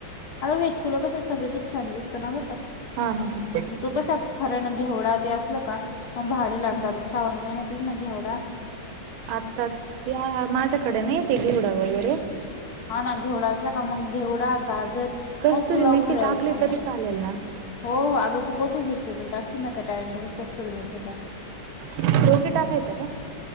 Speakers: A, on the left; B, on the right.
A: आग वेज पुलाव कस सफेदच छान दिसतं ना ग बर का.
B: हा, हा, ह
A: तो कसा खरा ना घेवडा ते असल का मग भारी लागत
B: हम्म
A: आता श्रावण महिन्या येईल ना घेवढा
B: आता त्या माझ्याकडे नाही ते घिवडा वगैरे
A: हा ना घेवडा असला का मग घेवडा गाजर
B: कस्तुरी
A: म पुलाव
B: मेथी
A: खरा
B: टाकली
A: चांगला.
B: तरी चालेल ना?
A: हो हो अगं तू कोथिंबीर चिरून टाकशील ना त्या टायमिंगला कस्तुरी मेथी टाक.
B: टोपी टाकायच का.